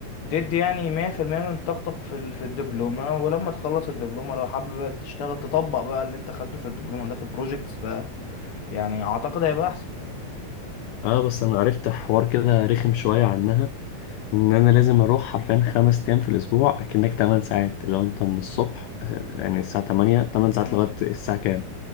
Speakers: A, on the left (about 50°); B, on the left (about 80°).
A: تدي يعني 100% من طاقتك في ال... في الدبلومة ولما تخلص الدبلومة لو حابب تشتغل تطبق بقى اللي انت خدته في الدبلومة ده في بروجيكتس بقى يعني اعتقد هيبقى
B: اه بس انا عرفت حوار كده رخم شويه عنها ان انا لازم اروح حرفيا خمس ايام في الاسبوع اكنك 8 ساعات لو انت من الصبح آه، يعني الساعه 8 8 ساعات
A: احسن
B: لغايه الساعه كام